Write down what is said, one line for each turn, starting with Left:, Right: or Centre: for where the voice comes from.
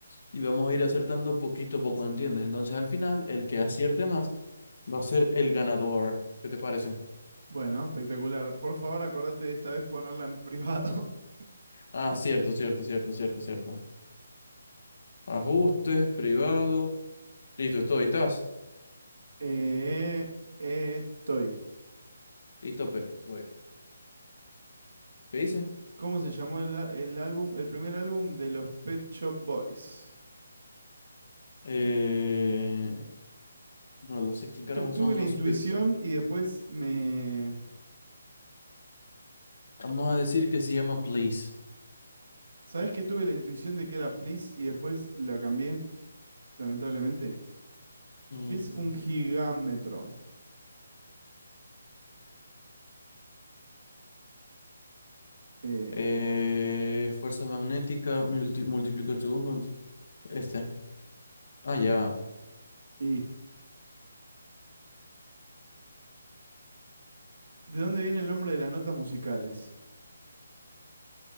Left: y vamos a ir acertando poquito a poco, ¿entiendes? Entonces al final, el que acierte más va a ser el ganador. ¿Qué te parece?
Right: Bueno, espectacular. Por favor, acordate de esta vez ponerla en privado. <laughs>
Left: Ah, cierto, cierto, cierto, cierto, cierto. Ajustes, privado. Listo, estoy, estás.
Right: Eh, eh, estoy.
Left: Listo, pero voy. ¿Qué dice?
Right: ¿Cómo se llamó el, a- el álbum, el primer álbum de los Pet Shop Boys?
Left: Eh, no lo sé quién carajo
Right: Tu- tuve
Left: son
Right: una
Left: los
Right: intuición
Left: pets.
Right: y después me...
Left: Vamos a decir que se llama Please.
Right: ¿Sabés que tuve la intuición de que era Please y después la cambié? lamentablemente.
Left: Mm.
Right: ¿Qué es un gigámetro? Eh,
Left: Eh, fuerza magnética, multi- multiplica el segundo. el- Este. Ah, ya.
Right: y, ¿de dónde viene el nombre de las notas musicales?